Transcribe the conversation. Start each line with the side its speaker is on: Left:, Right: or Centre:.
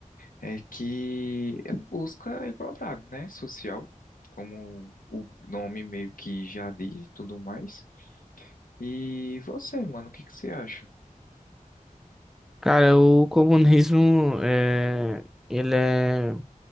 Left: é que ele busca a igualdade, né? Social, como o nome meio que já diz e tudo mais. E você, mano, o que que você acha?
Centre: Cara, o comunismo é... ele é